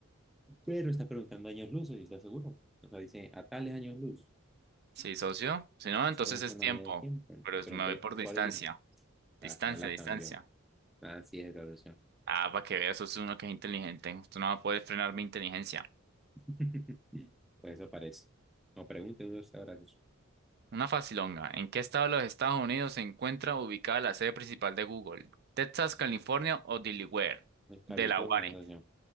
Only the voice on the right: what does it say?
Sí, socio. Si no, entonces
es
tiempo.
Pero es-
me
voy por distancia.
Distancia,
distancia.
Ah, para que vea, socio, uno que es inteligente. Usted no va a poder frenar mi inteligencia.
Una facilonga. ¿En qué estado de los Estados Unidos se encuentra ubicada la sede principal de Google? ¿Texas, California o Delaware?
Delaware.